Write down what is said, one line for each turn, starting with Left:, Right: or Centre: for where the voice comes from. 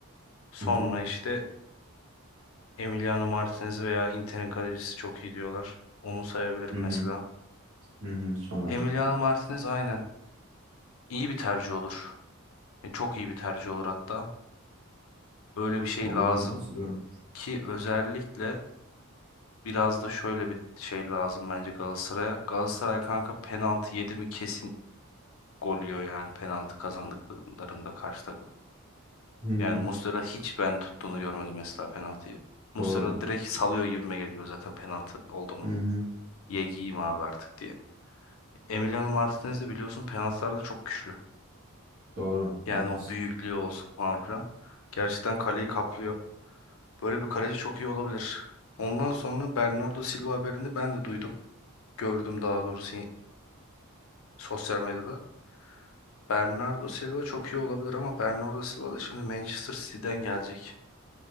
Left: Sonra
Right: Hı hı.
Left: işte Emiliano Martinez veya Inter'in kalecisi çok iyi diyorlar. Onu sayabilirim
Right: Hı
Left: mesela.
Right: hı. Hı hı. Somer.
Left: Emiliano Martinez aynen iyi bir tercih olur. E, çok iyi bir tercih olur hatta. Öyle bir şey
Right: Vallahi
Left: lazım
Right: ben de katılıyorum.
Left: ki özellikle biraz da şöyle bir şey lazım bence Galatasaray'a. Galatasaray kanka penaltı yedi mi kesin gol yiyor yani penaltı kazandıklarında karşı takım.
Right: Hı hı.
Left: Yani Muslera hiç ben tuttuğunu görmedim mesela penaltıyı. Muslera
Right: Doğru.
Left: direkt salıyor gibime geliyor zaten penaltı oldu mu.
Right: Hı hı.
Left: Ye giyeyim abi artık diye. Emiliano Martinez de biliyorsun penaltılarda çok güçlü.
Right: Doğru.
Left: Yani
Right: Haklısın.
Left: o büyüklüğü olsun falan filan. Gerçekten kaleyi kaplıyor. Böyle bir kaleci çok iyi olabilir. Ondan sonra Bernardo Silva haberini ben de duydum. Gördüm daha doğrusu sosyal medyada. Bernardo Silva çok iyi olabilir ama Bernardo Silva da şimdi Manchester City'den gelecek.